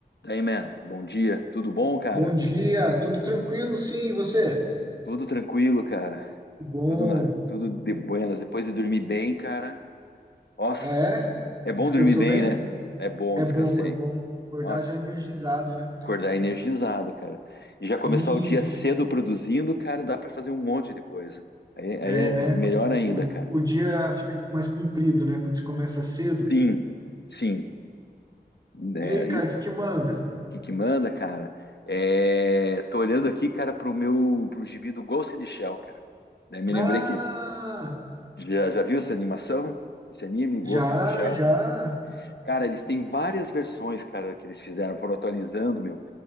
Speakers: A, on the left; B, on the right.
A: Daí, man, bom dia. Tudo bom, cara?
B: Bom dia, tudo tranquilo? Sim, e você?
A: Tudo tranquilo, cara.
B: Que bom.
A: Tudo na, tudo de buenas. Depois de dormir bem, cara. Nossa,
B: Ah, é?
A: é bom
B: Descansou
A: dormir bem,
B: bem?
A: né? É bom,
B: É
A: descansei.
B: bom, é bom. Acordar
A: Nossa,
B: já energizado, né?
A: acordar energizado, cara. E já
B: Sim,
A: começar o dia cedo produzindo, cara, dá pra fazer um monte de coisa. Aí,
B: é,
A: aí é
B: né?
A: é melhor ainda,
B: O,
A: cara.
B: o dia fica mais comprido, né? Quando você começa cedo.
A: Sim, sim. É,
B: E aí, cara,
A: e o
B: o que que manda?
A: que que manda, cara? É, tô olhando aqui, cara, pro meu, pro gibi do Ghost in the Shell, cara. Daí me lembrei
B: Ah,
A: que Já, já viu essa animação? Esse anime, Ghost
B: já,
A: in the Shell?
B: já.
A: Cara, eles têm várias versões, cara, que eles fizeram, foram atualizando, meu.